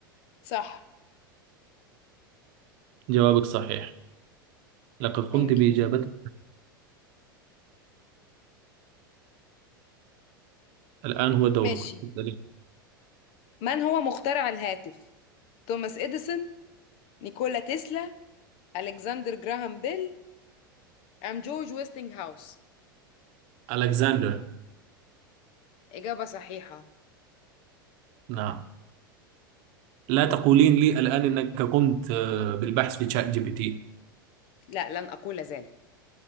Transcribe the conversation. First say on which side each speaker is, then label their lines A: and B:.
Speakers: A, on the left (about 55°); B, on the right (about 55°).
A: صح
B: جوابك صحيح لقد قمت
A: ثانك
B: بإجابته
A: يو
B: الآن هو دورك
A: ماشي
B: اسألي.
A: من هو مخترع الهاتف؟ توماس إديسون نيكولا تسلا ألكسندر جراهام بيل أم جورج ويستنج هاوس
B: ألكسندر
A: إجابة صحيحة
B: نعم لا تقولين لي الآن أنك قمت آه، بالبحث في شات جي بي تي
A: لا لن أقول ذلك